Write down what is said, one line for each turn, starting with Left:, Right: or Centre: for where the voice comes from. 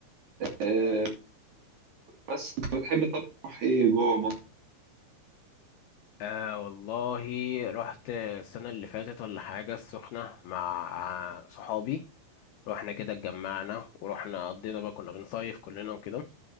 Right: آه، بس انت بتحب طب تروح ايه جوه مصر
Left: آه والله رحت السنة اللي فاتت ولا حاجة السخنة مع صحابي رحنا كده اتجمعنا ورحنا قضينا بقى كنا بنصيف كلنا وكده